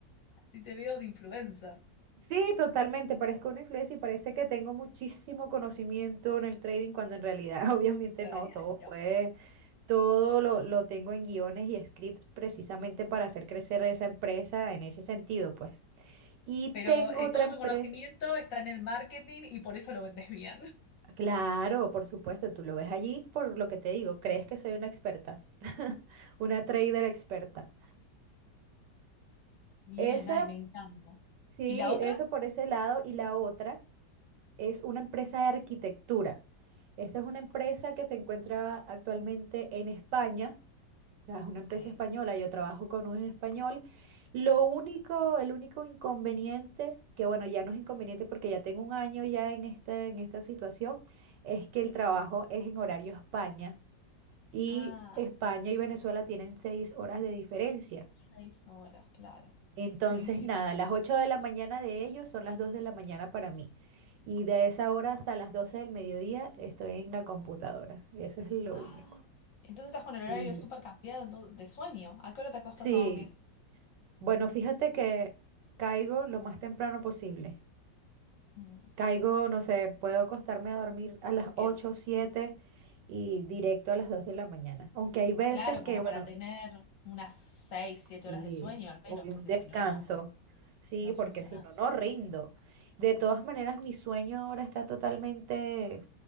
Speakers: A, on the left; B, on the right.
A: Si te veo de influencer.
B: Sí, totalmente, parezco una influencer y parece que tengo muchísimo conocimiento en el trading cuando en realidad <laughs> obviamente
A: En
B: no,
A: realidad,
B: todo
A: no.
B: fue, todo lo, lo tengo en guiones y scripts precisamente para hacer crecer esa empresa en ese sentido, pues. Y
A: Pero
B: tengo
A: eh,
B: otra
A: todo
B: empresa,
A: tu conocimiento está en el marketing y por eso lo vendes bien. <laughs>
B: claro, por supuesto, tú lo ves allí por lo que te digo, crees que soy una experta, <laughs> una trader experta.
A: Bien,
B: Esa,
A: ay, me encanta.
B: sí,
A: ¿Y la otra?
B: eso por ese lado. Y la otra es una empresa de arquitectura. Esta es una empresa que se encuentra actualmente en España. O sea, es una empresa
A: Sí.
B: española. Yo trabajo con un español. Lo único, el único inconveniente, que bueno, ya no es inconveniente porque ya tengo un año ya en esta, en esta situación, es que el trabajo es en horario España. Y
A: Ah,
B: España y Venezuela tienen seis horas de diferencia.
A: seis horas, claro.
B: Entonces,
A: Sí, sí,
B: nada,
A: sí.
B: las 8 de la mañana de ellos son las 2 de la mañana para mí. Y de esa hora hasta las 12 del mediodía estoy en la computadora. Eso es lo
A: Ay,
B: único.
A: entonces estás con el horario
B: Sí.
A: súper cambiado ento- de sueño. ¿A qué hora te acostas
B: Sí.
A: a dormir?
B: Bueno, fíjate que caigo lo más temprano posible.
A: Mm,
B: Caigo, no sé, puedo acostarme a dormir a las
A: siete.
B: 8 7 y directo a las 2 de la mañana. Aunque hay veces
A: Claro,
B: que,
A: como
B: bueno,
A: para tener unas seis, siete
B: Sí,
A: horas de sueño al
B: hoy
A: menos,
B: un
A: porque
B: descanso.
A: si no, no.
B: Sí,
A: No
B: porque
A: funciona
B: si no, no rindo. De todas maneras, mi sueño ahora está totalmente,